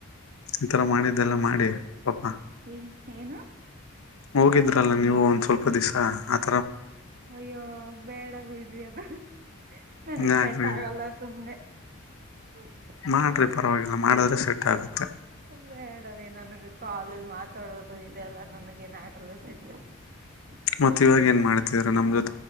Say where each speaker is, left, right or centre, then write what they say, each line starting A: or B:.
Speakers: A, on the left (about 80°); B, on the right (about 45°).
A: ಈಥರ ಮಾಡಿದ್ದೆಲ್ಲ, ಮಾಡಿ ಪಾಪ. <unintelligible>
B: ಏ, ಏನು. <inaudible>
A: ಹೋಗಿದ್ರಲ್ಲ, ನೀವು ಒಂದ್ ಸ್ವಲ್ಪ ದಿವಸ. ಹ... <unintelligible>
B: ಅಯ್ಯೋ, ಬೇಡ ಬಿಡ್ರಿ. ಅದು ನನಗ್
A: ಯಾಕ್ರಿ
B: ಸೆಟ್ ಆಗಲ್ಲ ಸುಮ್ನೆ. <unintelligible> ಹಾ.. <inaudible>
A: ಮಾಡ್ರಿ, ಪರವಾಗಿಲ್ಲ ಮಾಡಿದ್ರೆ ಸೆಟ್ ಆಗುತ್ತೆ. <unintelligible>
B: ಬೇಡ, ಅದೇ ಏನೋ ನನಗೆಗೋತು. <unintelligible> ಕಾಲಲ್ಲಿ, ಮಾತಾಡೋದು ಇದೆಲ್ಲ ನನಗೆ, ಏನು ಆಗಲ್ಲ ಸೆಟ್. <unintelligible>
A: ಮತ್ತ ಇವಾಗ ಏನ್ ಮಾಡ್ತಿದರ ನಮ್ ಜೊತೆ. <unintelligible>